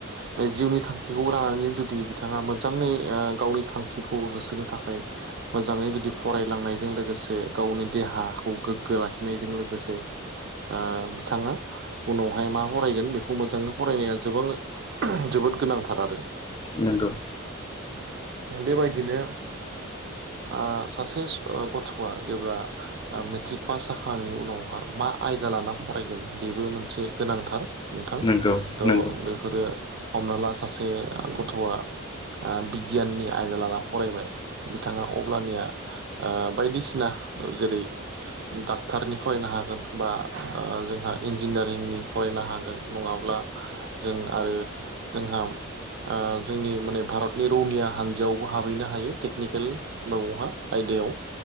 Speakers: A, on the right (about 50°); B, on the left (about 20°).
A: बे जिउनि थांखिखौ लानानैनो जुदि बिथाङा मोजाङै गावनि थांखिखौ होसोनो थाखाय मोजाङै जुदि फरायलांनायजों लोगोसे गावनि देहाखौ गोग्गो लाखिनायजों लोगोसे ओ बिथाङा उनावहाय मा फरायगोन बेखौ मोजाङै फरायनाया <unintelligible> जोबोद गोनांथार आरो
B: नंगौ
A: बेबायदिनो आ सासे ओ गथ आ जेब्ला ओ मेट्रिक पास जाखांनायनि उनावहा मा आयदा लाना फरायगोन बेबो मोनसे गोनांथार नोंथां
B: नंगौ
A: थ
B: नंगौ
A: बेफोरो हमना ला सासे गथआ आ बिगियाननि आयदा लाना फरायबाय बिथाङा अब्लानिया ओ बायदिसिना जेरै डाक्टारनि फरायनो हागोन बा ओ जोंहा इन्जिनियारिंनि फरायनो हागोन नङाब्ला जों आरो जोंहा ओ जोंनि माने भारतनि रौनिया हान जायावबो हाबहैनो हायो टेकनिकेल माबावहा आयदायाव